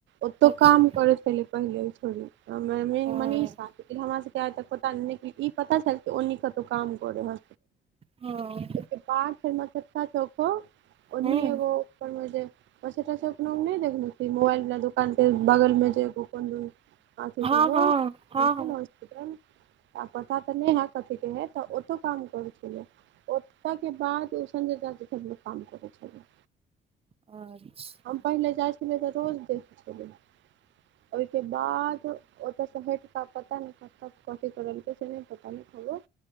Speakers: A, on the right (about 70°); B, on the right (about 30°).
A: ओतहु
B: अच्छा
A: काम करै छलियै पहिले। छौंडी। मे- मेनमनीषा,
B: हँ
A: हमरा सबके आइ तक पता नय कि, ई पता छल कि ओनी कतौऊ काम करैहय।
B: हँ
A: <unintelligible> चौखो, ओन्नी
B: हँ
A: एगो पर मे जे, कय छथिन सप् हम नय देखने छी, मोबाइल वला दोकान के बगल में जे कोनदन बाकी
B: हँ
A: सभहो
B: हँ हँ
A: <unintelligible> हॉस्पिटल। आ पता तऽ नयहै कथीके हय तऽ ओतौ काम करै छलय। ओत्त के बाद ओ संजय चा के <unintelligible> काम करै छलै।
B: <inaudible> अच्छा
A: हम पहिले जाइ छलै तऽ रोज देख छलियै, ओय के बाद ओतऽ स हैट क पता नय कत कथी करलकय से नय पता <unintelligible> ओ